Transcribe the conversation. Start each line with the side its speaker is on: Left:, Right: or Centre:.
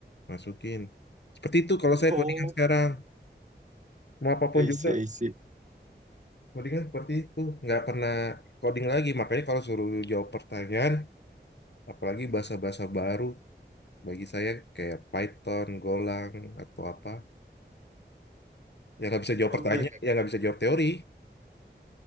Left: masukin seperti itu kalau saya
Right: Oh,
Left: codingan sekarang mau apapun
Right: I
Left: juga
Right: see, I see.
Left: codingan seperti itu nggak pernah coding lagi makanya kalau suruh jawab pertanyaan apalagi bahasa-bahasa baru Bagi saya kayak Python, Golang, atau apa. Yang nggak bisa jawab
Right: Oh
Left: pertanyaan,
Right: gitu.
Left: yang nggak bisa jawab teori.